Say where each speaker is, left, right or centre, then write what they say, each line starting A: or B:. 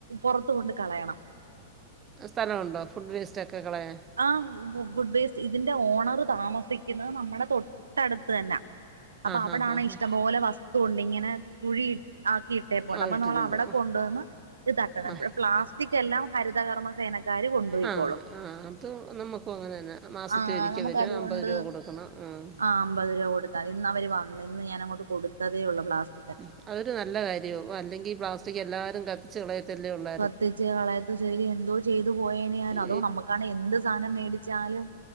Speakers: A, on the right; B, on the right.
A: പൊറത്ത് കൊണ്ട് കളയണം
B: ഏഹ് സ്ഥലവുണ്ടോ ഫുഡ് വേസ്റ്റൊക്കെ കളയാൻ
A: ആഹ് ഫു ഫുഡ് വേസ്റ്റ് ഇതിന്റെ ഓണർ താമസിക്കിന്നത് നമ്മടെ തൊ ട്ടടുത്ത് തന്നാ അപ്പൊ
B: ആഹ് ഹാ
A: അവിടാണെ
B: ഹാ ഹാ
A: ഇഷ്ടം പോലെ വസ്തു ഉണ്ട് ഇങ്ങനെ കുഴി ആക്കിയിട്ടേപ്പോണ്ട്
B: ആഹ്
A: അപ്പൊ
B: ഇട്ടിട്ടുണ്ടോ
A: നമ്മള് അവ്ടെ കൊണ്ടുവന്ന് ഇത് തട്ടണം
B: ആഹ്
A: പ്ല പ്ലാസ്റ്റിക്കെല്ലാം ഹരിതകർമ്മ സേന ക്കാര് കൊണ്ടോയിക്കോളും
B: ആഹ് ആഹ് അത് നമ്മക്കും അങ്ങനെന്നെ മാസത്തി
A: ആ
B: ഒരിക്കൽ
A: നമുക്ക്
B: വെരും
A: അതുകൊണ്ട്
B: അമ്പത് രൂപ കൊടുക്കണം ആഹ്
A: ആ അമ്പത് രൂപ കൊടുത്താതി ഇന്ന് അവര് വന്ന് ഇന്ന് ഞാനങ്ങോട്ട് കൊട്ത്തതേയുള്ളു പ്ലാസ്
B: ആഹ് അതൊരു നല്ല കാര്യോ അല്ലെങ്കി ഈ പ്ലാസ്റ്റിക് എല്ലാരും കത്തിച്ച് കളയത്തല്ലേയുള്ള
A: കത്തിച്ച് കളയത്ത് ശരി എന്തോ ചെയ്തു പോയേനെ ഞാൻ
B: ഈ
A: അതോ നമ്മക്കാണെ എന്ത് സാനം മേടിച്ചാലും